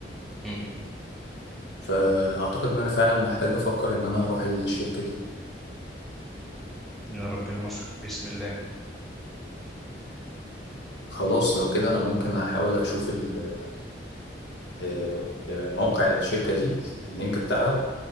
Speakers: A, in the centre; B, on the left (about 80°).
A: م- م.
B: فأعتقد إن أنا فعلا محتاج أفكر إن أنا أروح الشركة دي
A: يا ربنا يوفقك بإذن الله
B: خلاص لو كده أنا ممكن أحاول أشوف ال- آه، آه، موقع الشركة دي اللينك بتاعها